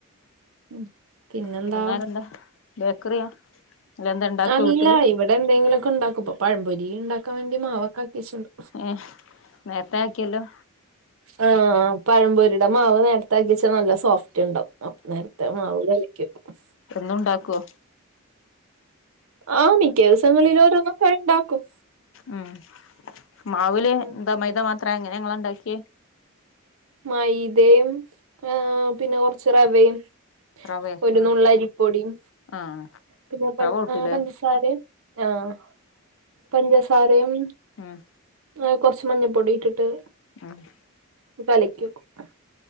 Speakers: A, on the right; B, on the left.
A: ഉം പിന്നെന്താ
B: വൈകുന്നേരെന്താ ബേക്കറിയാ അല്ല എന്താ ഇണ്ടാക്കോ
A: അല്ല
B: വീട്ടില്
A: ഇവിടെ എന്തെങ്കിലോക്കെ ഉണ്ടാക്കുപ്പൊ പഴപൊരി ഇണ്ടാക്കാൻ വേണ്ടി മാവോക്കാകിച്ണ്ട്
B: ഏഹ് നേര്ത്തെ ആക്കിയല്ലോ
A: ആഹ് പഴമ്പൊരിടെ മാവ് നേരത്താക്കിവെച്ചാ നല്ല സോഫ്റ്റ്ണ്ടാവും അപ് നേരത്തെ മാവ് കലക്കിയോക്കും
B: എന്നുണ്ടാക്കോ
A: ആഹ് മിക്ക ദിവസങ്ങളിലോരോന്നോക്കെ എണ്ടാക്കും
B: ഉം മാവില്
A: ഉം,
B: എന്താ മൈദ മാത്രേ എങ്ങനെങ്ങളണ്ടാക്കിയേ
A: മൈദേം ഏ പിന്നെ കൊറച്ച് റവേം
B: റവേ
A: ഒരുന്നുള്ളരിപ്പൊടിം
B: ആഹ് ആഹ്
A: പിന്നെ പ
B: റവ കൂട്ടൂലേ
A: ആഹ് പഞ്ചസാരയും ആഹ് പഞ്ചസാരയും
B: ഉം
A: ഏ കൊറച്ച് മഞ്ഞപ്പൊടിയിട്ടിട്ട്
B: ആഹ്
A: കലക്കിവെക്കും